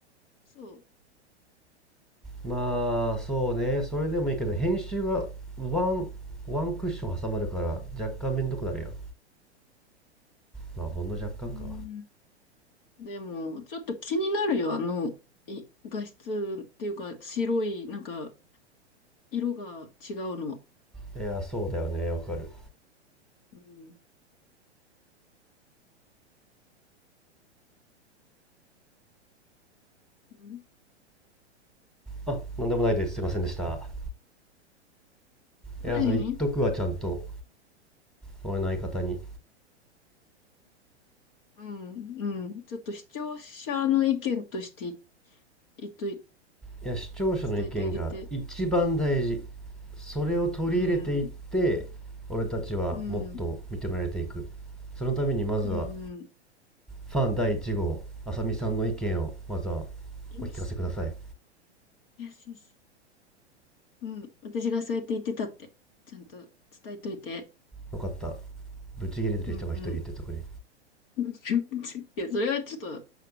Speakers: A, on the left (about 55°); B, in the centre.
A: そう
B: まあそうねそれでもいいけど編集がワンワンクッション挟まるから若干めんどくなるやんまあほんの若干か
A: うーん。でも、ちょっと気になるよ、あの、い、画質っていうか、白い、なんか、色が違うのは。
B: いやそうだよねわかる
A: うん。うん
B: あなんでもないですすいませんでしたいやそれ言っとくわちゃんと
A: 何
B: 俺の相方に
A: うん、うん。ちょっと視聴者の意見として、い、いと、伝
B: いや視聴者の意見が一番大事
A: えてあげて。
B: それを取り入れていって俺たちはもっと認められていく
A: うん、うん、
B: そのためにまずは
A: うん、うん。
B: ファン第1号あさみさんの意見をまずは
A: よし、
B: お聞かせください
A: よし、よし。うん、私がそうやって言ってたって、ちゃんと伝えといて。
B: よかった。ブチギレてる人が一人言ってとくれ。
A: うん、うん。<laughs> いや、それはちょっと、